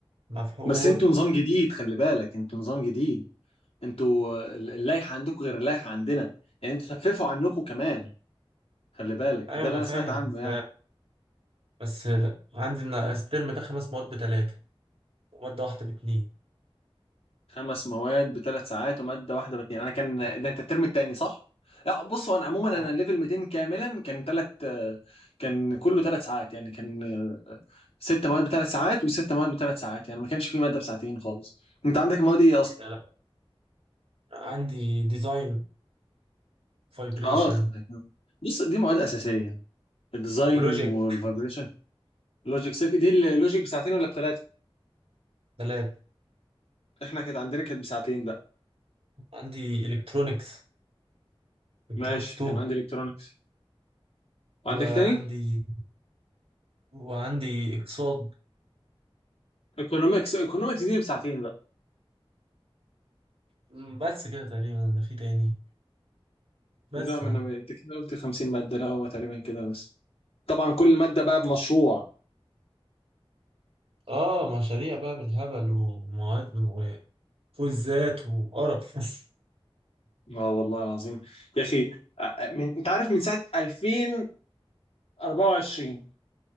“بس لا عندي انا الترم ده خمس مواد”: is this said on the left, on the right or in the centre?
Right